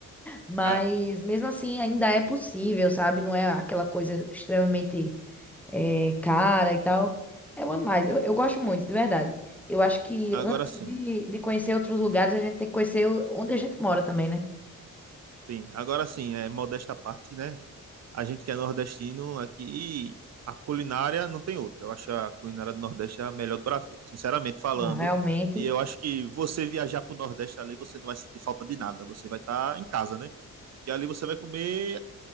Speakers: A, in the centre; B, on the right.
A: Mas
B: É,
A: mesmo assim ainda é possível, sabe? Não é aquela coisa extremamente eh, cara e tal. É bom demais. Eu, eu gosto muito, de verdade. Eu acho que
B: agora
A: antes
B: sim.
A: de, de conhecer outros lugares, a gente tem que conhecer o- onde a gente mora também, né?
B: Sim, agora sim, é modesta à parte, né? A gente que é nordestino aqui, a culinária não tem outra. Eu acho a culinária do Nordeste a melhor do Brasil, sinceramente falando.
A: Não, realmente.
B: E eu acho que você viajar pro Nordeste ali, você não vai sentir falta de nada. Você vai estar em casa, né? Porque ali você vai comer